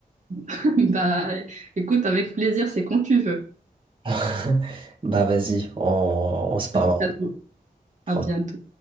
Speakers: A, on the right; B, on the right.
A: <laughs> bah, écoute, avec plaisir, c'est quand tu veux.
B: <laughs> Bah vas-y, on, on se parle
A: À bientôt. À
B: après.
A: bientôt.